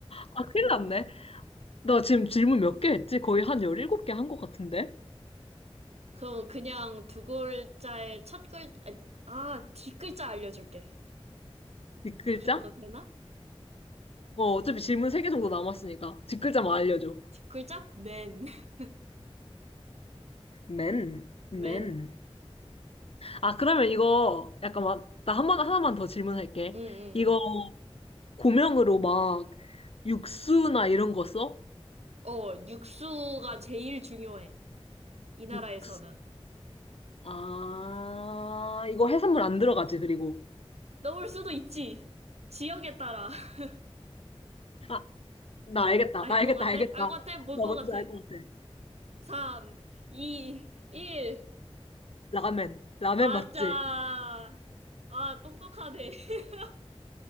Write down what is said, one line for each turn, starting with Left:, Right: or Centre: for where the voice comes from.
Left: 아, 큰일 났네. 나 지금 질문 몇 개 했지? 거의 한 17개 한 것 같은데?
Right: 그럼 그냥 두 글자의 첫 글, 아, 아, 뒷글자 알려줄게.
Left: 뒷글자?
Right: 그래도 되나?
Left: 어, 어차피 질문 3개 정도 남았으니까. 뒷글자만 알려줘.
Right: 뒷글자? 맨. <laughs>
Left: 맨, 맨.
Right: 맨.
Left: 아, 그러면 이거 약간 막, 나 한 번, 하나만 더 질문할게.
Right: 응,
Left: 이거
Right: 응,
Left: 고명으로 막 육수나 이런 거 써?
Right: 응. 어, 육수가 제일 중요해. 이 나라에서는.
Left: 육수. 아, 이거 해산물 안 들어가지, 그리고.
Right: 넣을 수도 있지. 지역에 따라. <laughs>
Left: 아, 나 알겠다.
Right: 알
Left: 나 알겠다,
Right: 것 같아?
Left: 알겠다.
Right: 알
Left: 나
Right: 것 같아? 뭘
Left: 뭔지
Right: 것 같아?
Left: 알 것 같아.
Right: 3, 2, 1.
Left: 라멘. 라멘
Right: 맞아.
Left: 맞지?
Right: 아, 똑똑하네. <laughs>